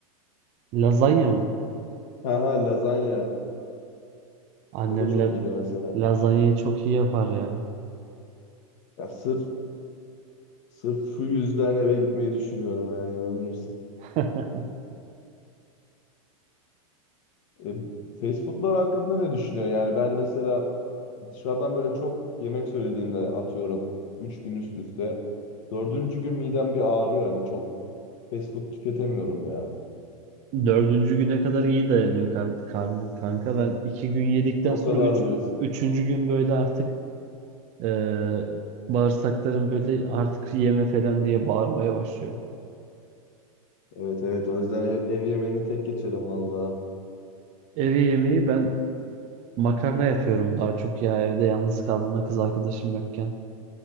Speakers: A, on the right; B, on the left.
A: lazanya mı?
B: Ha ha lazanya.
A: Annem
B: O da çok
A: la-
B: iyiydi mesela.
A: lazanyayı çok iyi yapar ya.
B: Ya sırf sırf şu yüzden eve gitmeyi düşünüyorum yani inanır mısın?
A: <laughs>
B: E, fast foodlar hakkında ne düşünüyorsun? Yani ben mesela dışarıdan böyle çok yemek söylediğimde atıyorum 3 gün üst üste. Dördüncü gün midem bir ağrıyor yani çok fast food tüketemiyorum ya.
A: Dördüncü güne kadar iyi dayanıyor kar karnım kanka. Ben iki gün yedikten
B: O
A: sonra
B: kadar
A: üç,
B: diyorsun.
A: üçüncü gün böyle artık eee bağırsaklarım böyle artık yeme falan diye bağırmaya başlıyor.
B: Evet evet o yüzden ev, ev yemeğini tek geçelim valla.
A: Evi yemeği ben makarna yapıyorum daha çok ya evde yalnız kaldığımda kız arkadaşım yokken.